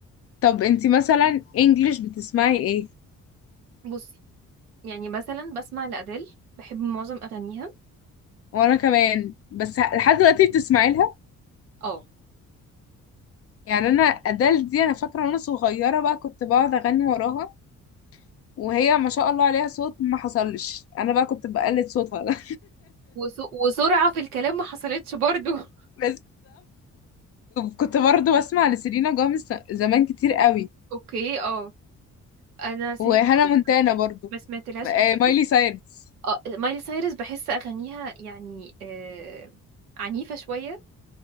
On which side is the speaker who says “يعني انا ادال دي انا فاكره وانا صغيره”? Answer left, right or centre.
Left